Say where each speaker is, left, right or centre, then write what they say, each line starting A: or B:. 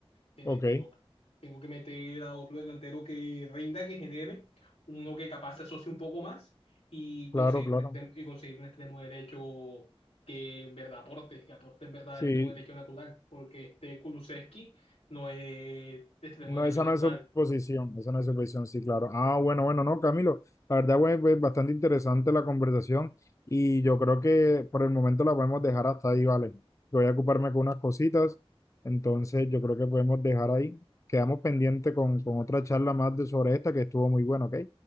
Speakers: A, on the left; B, on the left.
A: Tiene-
B: Ok,
A: Tengo, tengo que meter a otro delantero que rinda, que genere, uno que capaz se asocie un poco más y conseguir
B: claro, claro.
A: un extremo, y conseguir un extremo derecho que en verdad aporte, que aporte en verdad
B: Sí,
A: extremo derecho natural, porque este Kulusevski no es extremo
B: No,
A: derecho
B: esa
A: natural.
B: no es oposición, esa no es oposición, sí, claro. Ah, bueno, bueno, no, Camilo, la verdad, güey, pues bastante interesante la conversación y yo creo que por el momento la podemos dejar hasta ahí, ¿vale? Voy a ocuparme
A: Vale,
B: con unas cositas, entonces yo creo que podemos dejar ahí. Quedamos pendiente con, con otra charla más de sobre esta que estuvo muy buena, ¿ok?